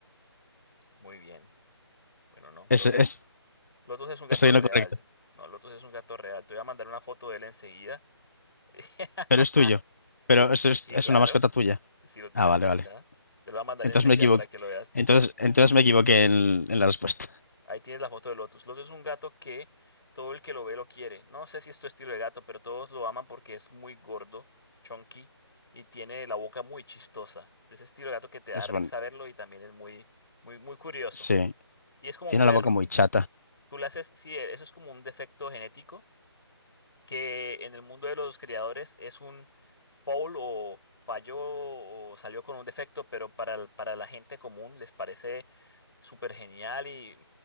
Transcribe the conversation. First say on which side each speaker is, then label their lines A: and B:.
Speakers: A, on the left (about 60°); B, on the left (about 35°).
A: Muy bien. Bueno, no.
B: Es,
A: Lotus,
B: es-
A: Lotus es un gato
B: estoy
A: real.
B: en lo correcto,
A: No, Lotus es un gato real. Te voy a mandar una foto de él enseguida. <laughs>
B: pero es tuyo. Pero es,
A: Sí,
B: es,
A: sí,
B: es
A: claro.
B: una mascota tuya.
A: Sí lo tenemos
B: Ah, vale, vale.
A: acá. Te lo voy a mandar
B: Entonces
A: enseguida
B: me equivoqué.
A: para que lo veas.
B: Entonces,
A: Ya
B: entonces me equivoqué en, en la respuesta.
A: Ahí tienes la foto de Lotus. Lotus es un gato que todo el que lo ve lo quiere. No sé si es tu estilo de gato, pero todos lo aman porque es muy gordo, chunky y tiene la boca muy chistosa. Ese estilo de gato que te da
B: Es
A: risa
B: bueno.
A: verlo y también es muy, muy, muy curioso.
B: Sí,
A: Y es como
B: tiene
A: un perro.
B: la boca muy chata.
A: Tú le haces, sí, e, eso es como un defecto genético que en el mundo de los criadores es un foul o falló o salió con un defecto, pero para, el- para la gente común les parece súper genial y